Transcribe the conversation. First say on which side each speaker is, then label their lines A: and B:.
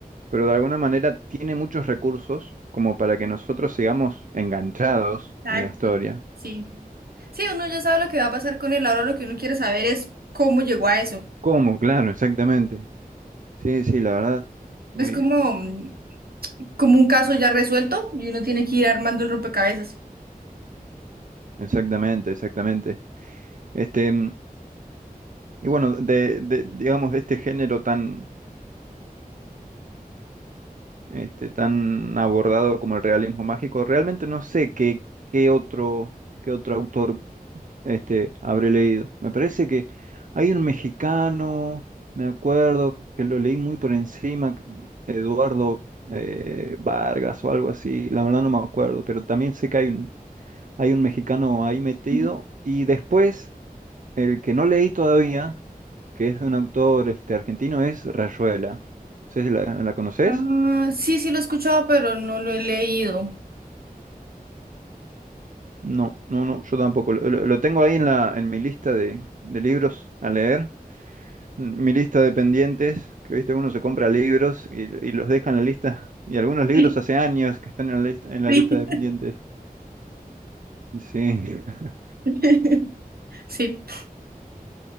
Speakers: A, on the right; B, on the right.
A: pero de alguna manera tiene muchos recursos como para que nosotros sigamos enganchados
B: Exacto.
A: en la historia.
B: Sí. Sí, uno ya sabe lo que va a pasar con él, ahora lo que uno quiere saber es cómo llegó a eso.
A: ¿Cómo? Claro, exactamente. Sí, sí, la verdad. Muy,
B: Es como, mm, como un caso ya resuelto y uno tiene que ir armando el rompecabezas.
A: exactamente, exactamente. Este, Y bueno, de, de- digamos, de este género tan, este, tan abordado como el realismo mágico, realmente no sé qué, qué otro, qué otro autor este, habré leído. Me parece que hay un mexicano, me acuerdo, que lo leí muy por encima, Eduardo eh, Vargas o algo así, la verdad no me acuerdo, pero también sé que hay un, hay un mexicano ahí metido.
B: Ujú.
A: Y después, el que no leí todavía que es de un autor este, argentino, es Rayuela. ¿Sí la, la conoces?
B: Ah, sí, sí lo he escuchado, pero no lo he leído.
A: No, no, no, yo tampoco. Lo, lo- lo tengo ahí en la, en mi lista de, de libros a leer. Mm, Mi lista de pendientes, que viste, uno se compra libros y, y los deja en la lista. Y algunos libros
B: Sí,
A: hace años que están en la lista, en la
B: sí.
A: lista de pendientes. Sí. <laughs>
B: <laughs> Sí,